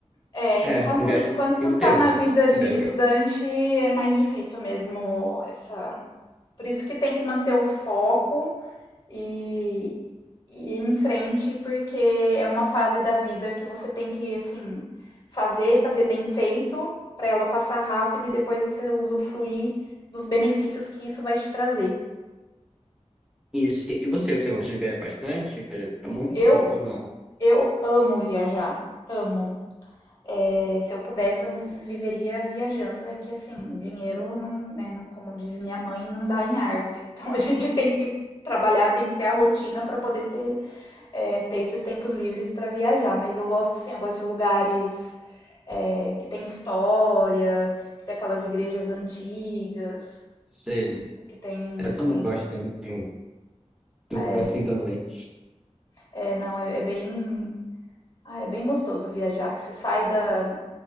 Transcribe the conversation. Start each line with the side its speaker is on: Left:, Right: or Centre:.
Left: É,
Centre: é,
Left: enquanto,
Centre: não viajo.
Left: enquanto
Centre: E você,
Left: tá na
Centre: você,
Left: vida
Centre: você
Left: de
Centre: viaja
Left: estudante,
Centre: bastante?
Left: é mais difícil mesmo essa. Por isso que tem que manter o foco e, e ir em frente, porque é uma fase da vida que você tem que, assim, fazer, fazer bem feito, para ela passar rápido e depois você usufruir dos benefícios que isso vai te trazer.
Centre: E, e você, você gosta de viajar bastante? Viaja muito
Left: Eu,
Centre: ou, ou não?
Left: eu amo viajar, amo. É, se eu pudesse, eu viveria viajando. É que, assim, dinheiro, não, né, não- como diz minha mãe, não dá em árvore. Então <laughs> a gente tem que trabalhar, tem que ter a rotina para poder ter é, ter esses tempos livres para viajar. Mas eu gosto sim, eu gosto de lugares é, que tem história, que tem aquelas igrejas antigas,
Centre: Você,
Left: que tem
Centre: eu
Left: assim.
Centre: também gosto, sim, tenho- eu
Left: É,
Centre: assim também.
Left: é, não, é, é bem. Ah, é bem gostoso viajar, que você sai da,